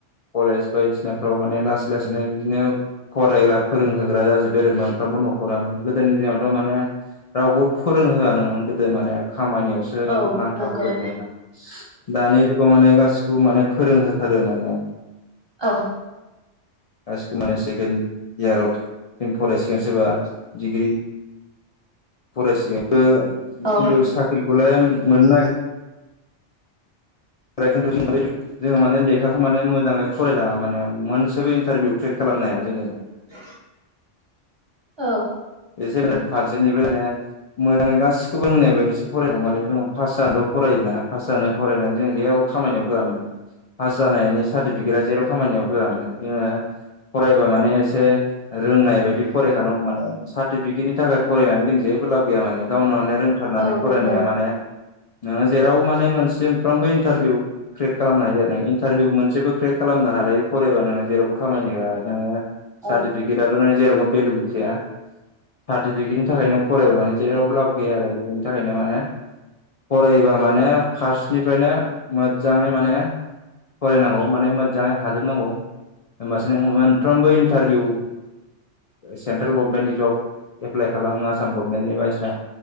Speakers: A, on the left; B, on the right.
A: कलेज बायदिसिनाफ्राव माने लासै लासैनो बिदिनो नो फरायग्रा फोरोंहोग्रा जाजोबबाय आरो मोनफ्रोमबो न'खरानो गोदोनि दिनावथ' माने रावखौ फोरोंहोआनोमोन गोदो माने खामानियावसो
B: औ
A: नांथाब
B: नंगौ
A: होबाय थायोमोन दानि जुगाव माने गासिखौबो माने फोरोंहोथारो माने।
B: औ
A: गासिखौबो माने सेकेण्ड इयाराव <unintelligible> फरायसिगोन सोरबा डिग्रि फरायसि <unintelligible>
B: औ
A: खिन्थु साख्रिखौलाय मोननो ना <unintelligible> जोङो माने लेखाखौ माने मोजाङै फरायलाङा माने मोनसेबो इन्टारभिउ क्रेक खालाम नाया जोङो
B: <unintelligible> औ ।
A: जोंङो फारसेनिफ्रायनो मोजाङै गासिखौबो रोंनाय बायदिसो फराय नांगौ माने पास जानल' फरायो ना पास जानो फरायनानै जों जेबो खामानियाव होआ माने पास जानायनि सार्टिफिकेटआ जेराव खामानियाव होआमाने जोङो फरायबा माने एसे रोंनाय बायदि फरायखानांगौ माने। सार्टिफिकेटनि थाखाय फरायनानै जों जे बो लाब गैया माने गावनो माने रोंथारनानै
B: औ
A: फरायनाया
B: नंगौ
A: माने नोङो जेरावबो माने मोनसे मोनफ्रामबो इन्टारभिउ क्रेक खालामनो हायो इन्टारभिउ मोनसेबो क्रेक खालामनो हा हालायि फरायबा नोङो जेरावबो खामानि होआ नोङो
B: औ
A: सार्टिफिकेटआथ' नों जेरावबो भेलु गैखाया। सार्टिफिकेटनि थाखायनो फरायबा माने जेरावबो लाब गैया आरो बेनि थाखायनो माने फरायोबा माने फार्स्टनिफ्रायनो मोदजाङै माने फरायनांगौ माने मोदजाङै हाजोबनांगौ। होमबासो नों मोनफ्रोमबो इन्टारभिउ सेन्ट्रेल गभमेन्टनि जब एप्लाइ खालामनो आसाम गभमेन्टनि बायसिना